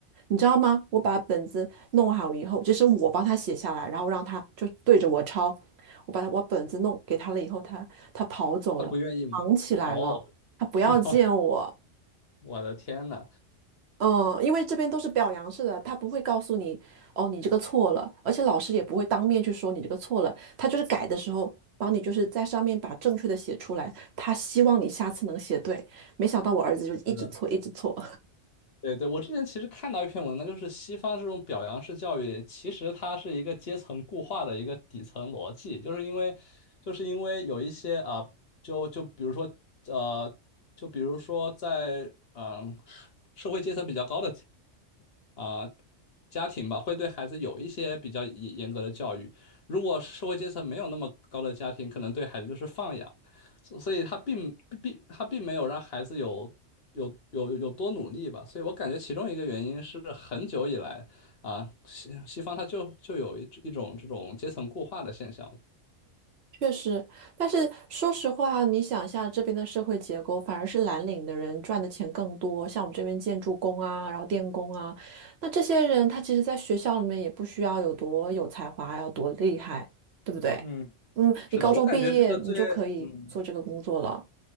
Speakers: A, on the right; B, on the left.
A: 你知道吗？我把本子弄好以后，这是我帮他写下来，然后让他就对着我抄。我把他我把本子弄给他了以后，他他跑走了，
B: 他不愿意吗？
A: 藏起来了，
B: 哦。
A: 他不要见我。
B: <laughs> 我的天呐，
A: 嗯，因为这边都是表扬式的，他不会告诉你哦，你这个错了，而且老师也不会当面去说你这个错了，他就是改的时候帮你就是在上面把正确的写出来，他希望你下次能写对。没想到我儿子就一直错，
B: 是的，
A: 一直错。
B: 对对，我之前其实看到一篇文章，就是西方这种表扬式教育，其实它是一个阶层固化的一个底层逻辑，就是因为，就是因为有一些啊、就就比如说呃，就比如说在嗯、社会阶层比较高的啊、家庭吧，会对孩子有一些比较严严格的教育。如果社会阶层没有那么高的家庭，可能对孩子就是放养。所所以他并并他并没有让孩子有有有有多努力吧，所以我感觉其中一个原因是很久以来啊，西西方它就就有一一种这种阶层固化的现象。
A: 确实，但是说实话，你想一下这边的社会结构，反而是蓝领的人赚的钱更多，像我们这边建筑工啊，然后电工啊，那这些人他其实在学校里面也不需要有多有才华，要多厉害，对不对？
B: 嗯，
A: 嗯，
B: 是的，
A: 你高中毕业你就可以做这个工作了。
B: 我感觉这个最嗯